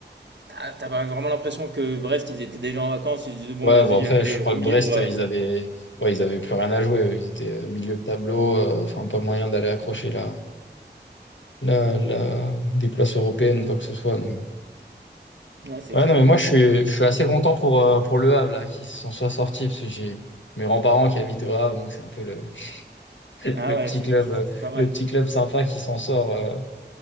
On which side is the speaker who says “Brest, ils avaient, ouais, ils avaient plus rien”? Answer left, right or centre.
Left